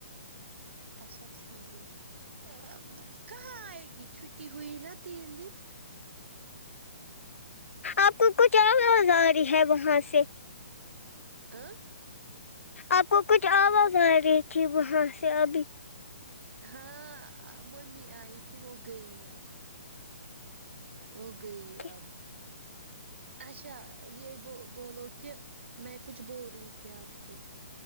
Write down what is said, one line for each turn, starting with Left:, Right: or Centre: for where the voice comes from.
Right: اچھا ٹھیک ا کہاں آئگی چھٹی ہوئی نہ تین دن
Left: آپ کو کچھ آواز آرہی ہے وہاں سے
Right: اں
Left: آپ کو کچھ آواز آ رہی تھی وہاں سے ابھی
Right: ہاں ممی آئی تھی وہ گئی اب وہ گئی
Left: کی۔
Right: اب اچھا یہ بو بولو کہ میں کچھ بول رہی تھی آپ کو